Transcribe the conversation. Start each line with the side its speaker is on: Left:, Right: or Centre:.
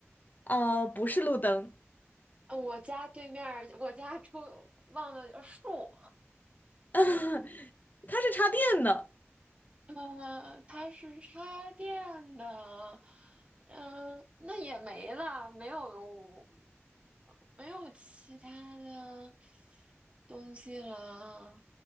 Left: 呃，不是路灯，
Right: 呃我家对面儿我家出忘了呃树，
Left: <laughs> 它是插电的。
Right: 呃，它是插电的，嗯、那也没了，没有没有其他的东西了，